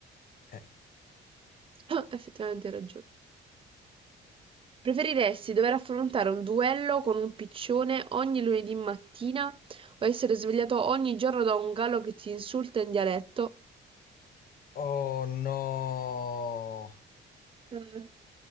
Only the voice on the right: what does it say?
Ah, effettivamente hai ragione. Preferiresti dover affrontare un duello con un piccione ogni lunedì mattina o essere svegliato ogni giorno da un gallo che ti insulta in dialetto?
Eh,